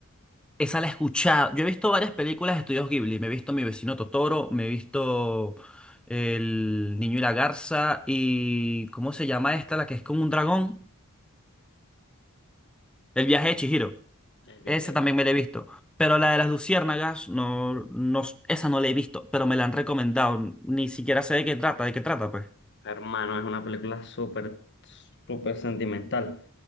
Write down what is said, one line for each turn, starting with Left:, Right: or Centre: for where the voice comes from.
Centre: Esa la he escuchado. Yo he visto varias películas de estudios Ghibli. Me he visto Mi vecino Totoro, me he visto El niño y la garza y ¿cómo se llama esta? La que es con un dragón. El viaje de Chihiro.
Left: El viaje
Centre: Esa
Left: de
Centre: también
Left: Chihiro.
Centre: me la he visto. Pero la de las luciérnagas, no, no, esa no la he visto, pero me la han recomendado. Ni siquiera sé de qué trata, de qué trata, pues.
Left: Hermano, es una película súper, súper sentimental.